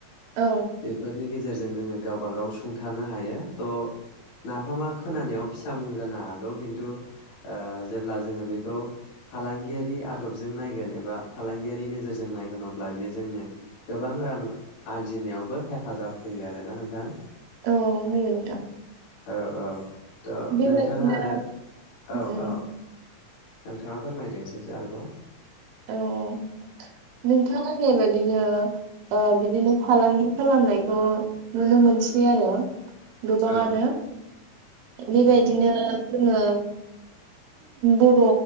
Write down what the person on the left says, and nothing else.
बेेफोरनि जों जोङो गावबा-गाव सुंथानो हायो थह नाफामा खोनानायाव फिसा मुं जानो हागौ खिन्थु ओ जेब्ला जोङो बेखौ फालांगियारि आदबजों नायगोन एबा फालांगियारि नोजोरजों नायगोन अब्ला बे जोंनो गोबां रां आरजिनायावबो हेफाजाब होयो आरोना नोंथां।
औ औ। थ'
नोंथाङा आरो औ
औ। नोंथाङा फोरमायदो एसेसो आरोबाव।
औ
औ